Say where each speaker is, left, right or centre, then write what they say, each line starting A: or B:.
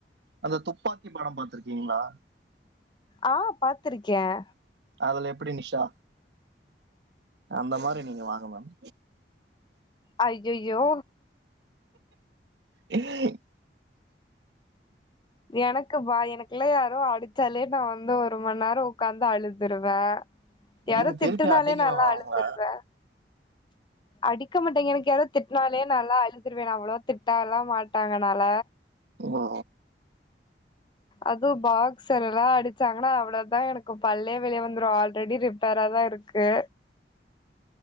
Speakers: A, on the right; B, on the left.
A: அந்த துப்பாக்கி படம் பாத்துருக்கீங்களா
B: ஆஹ் பாத்திருக்கேன்
A: அதுல எப்பிடி நிஷா அந்த மாறி நீங்க வாங்க மேம்
B: அய்யோய்யோ
A: <inaudible>
B: எனக்கு பா எனக்குலாம் யாரோ அடிச்சாலே நான் வந்து ஒரு மணி நேரம் உட்காந்து அழுதுருவேன் யாரோ
A: நீங்க திருப்பி
B: திட்டுனாலே
A: அடிங்க
B: நான்
A: மேம்
B: லா
A: அவங்கள
B: அழுதுருவேன் அடிக்க மாட்டேங்க எனக்கு யாராத் திட்னாலேயே நாலா அழுதுருவே அவ்ளோ திட்டால்லா மாட்டாங்கனால
A: ஆ
B: அது பாக்ஸ்ர்யெல்லா அடிச்சாங்கன்னா அவ்ளோதா எனக்கு பள்ளே வெளிய வந்துரு ஆல்ரடி ரிப் பேராதா இருக்கு